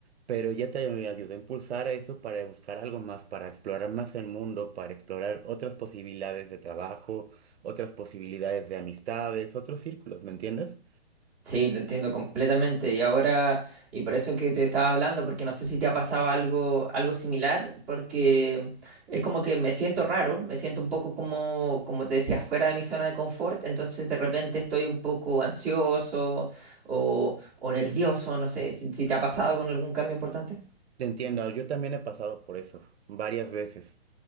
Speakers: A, on the right (about 80°); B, in the centre.
A: pero ya te ayudó a impulsar a eso para buscar algo más, para explorar más el mundo, para explorar otras posibilidades de trabajo, otras posibilidades de amistades, otros círculos, ¿me entiendes?
B: Sí, te entiendo completamente. Y ahora, y por eso que te estaba hablando, porque no sé si te ha pasado algo, algo similar, porque es como que me siento raro, me siento un poco como, como te decía, fuera de mi zona de confort, entonces de repente estoy un poco ansioso o, o nervioso, no sé, si, si te ha pasado con algún cambio importante.
A: Te entiendo, yo también he pasado por eso varias veces.